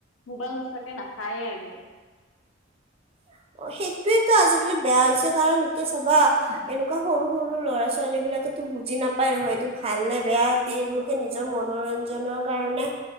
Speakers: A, on the left (about 80°); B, on the right (about 30°).
A: মোবাইল নোচোৱাকে নাখায়ে আৰু
B: <unintelligible> সেইটোয়ো আজিকালি বেয়া হৈছে কাৰণ এতিয়া চাবা এনেকুৱা সৰু সৰু ল'ৰা ছোৱালী বিলাকে বুজি নাপায় হয়তটো ভাল নে বেয়া তেওঁলোকে নিজৰ মনোৰঞ্জনৰ কাৰণে